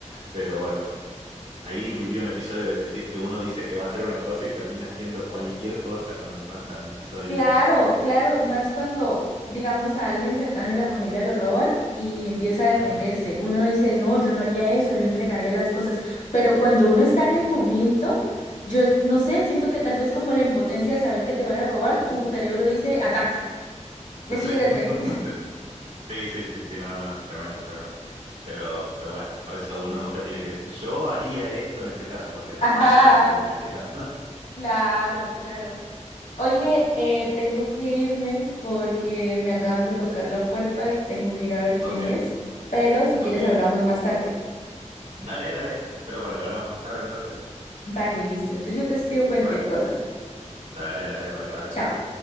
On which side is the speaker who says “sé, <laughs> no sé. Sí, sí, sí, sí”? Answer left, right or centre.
Right